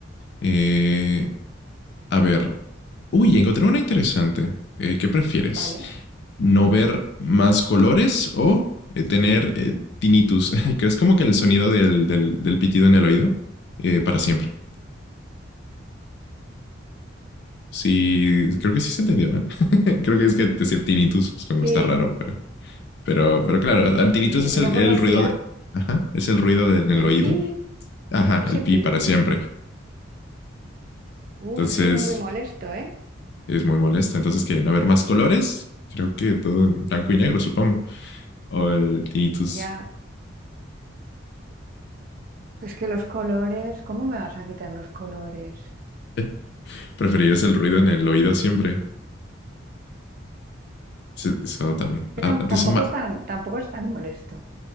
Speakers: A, on the left (about 55°); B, on the right (about 45°).
A: Eh, a ver, uy, encontré una interesante. Eh, ¿Qué prefieres?
B: ¿Vale?
A: no ver más colores o eh, tener eh, tinnitus. <laughs> ¿Crees como que el sonido del, del, del pitido en el oído? eh, para siempre. Sí, creo que sí se entendió, ¿no? <laughs> creo que es que decir tinnitus es como
B: Sí,
A: está raro, pero, pero, pero claro,
B: eh,
A: ah, tinnitus es
B: no
A: el,
B: conocía
A: el ruido de, ajá, es el ruido del en el
B: el
A: oído.
B: pi,
A: Ajá,
B: ese
A: el pi
B: pi.
A: para siempre.
B: Uf,
A: Entonces
B: eso es muy molesto, ¿eh?
A: es muy molesta. Entonces que no haber más colores, creo que todo en blanco y negro, supongo. O el tinnitus.
B: Ya, pues que los colores, ¿cómo me vas a quitar los colores?
A: <laughs> Preferirías el ruido en el oído siempre. Sí, Eso también.
B: que
A: Ah,
B: tam-
A: de
B: tampoco
A: Eso ma-
B: es tan, tampoco es tan molesto.